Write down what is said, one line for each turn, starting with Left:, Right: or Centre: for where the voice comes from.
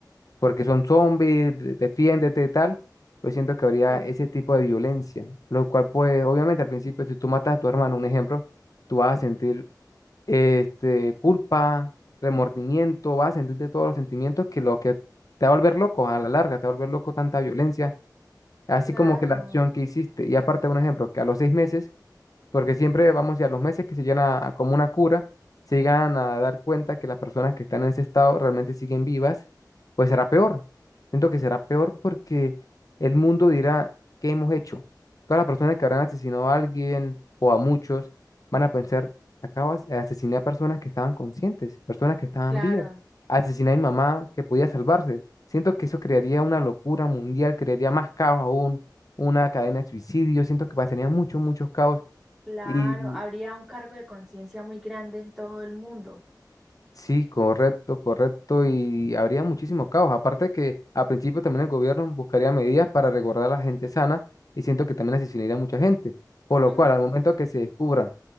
Left: porque son zombies, de- defiéndete y tal, pues siento que habría
Centre: sí,
Left: ese tipo de violencia, lo cual pues obviamente al principio si tú matas a tu hermano, un ejemplo, tú vas a sentir este, culpa, remordimiento, vas a sentirte todos los sentimientos que lo que te va a volver loco a la larga, te va a volver loco tanta violencia, así
Centre: claro,
Left: como que la acción que hiciste. Y aparte, un ejemplo, que a los seis meses porque siempre vamos y a los meses que se llegan a, a como una cura, se llegan a dar cuenta que las personas que están en ese estado realmente siguen vivas, pues será peor. Siento que será peor porque el mundo dirá, ¿qué hemos hecho? Todas las personas que habrán asesinado a alguien o a muchos van a pensar, acabas de asesinar a personas que estaban conscientes, personas que estaban
Centre: claro,
Left: vivas. Asesiné a mi mamá que podía salvarse. Siento que eso crearía una locura mundial, crearía más caos aún, una cadena de suicidios. Siento que pasarían muchos, muchos caos
Centre: claro.
Left: y
Centre: Habría un cargo de conciencia muy grande en todo el mundo.
Left: sí, correcto, correcto. Y habría muchísimo caos. Aparte que a principio también el gobierno buscaría medidas para resguardar a la gente sana y siento que también asesinaría a mucha gente. Por lo
Centre: Mm,
Left: cual, al momento que se descubra